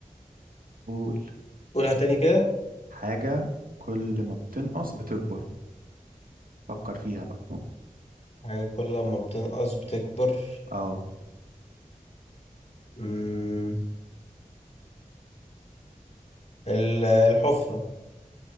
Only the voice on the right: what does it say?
قول
حاجة كل ما بتنقص بتكبر فكر فيها بقى
اه